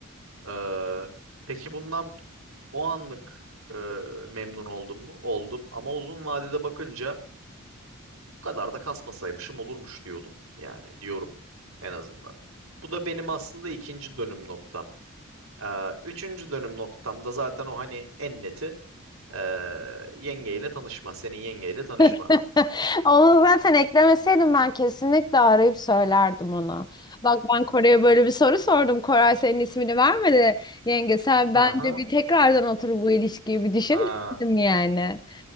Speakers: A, on the right; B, on the left.
A: Eee, peki bundan o anlık eee, memnun oldum mu? Oldum. Ama uzun vadede bakınca bu kadar da kasmasaymışım olurmuş diyordum yani diyorum en azından. Bu da benim aslında ikinci dönüm noktam. Ee, üçüncü dönüm noktamda zaten o hani en neti ee, yengeyle tanışma. Senin yengeyle tanışma.
B: <laughs> Onu zaten eklemeseydim ben kesinlikle arayıp söylerdim ona. Bak ben Koray'a böyle bir soru sordum. Koray senin ismini vermedi. Yenge sen
A: Ha
B: bence
A: ha.
B: bir tekrardan oturup bu ilişkiyi bir düşün
A: Ha.
B: dedim yani.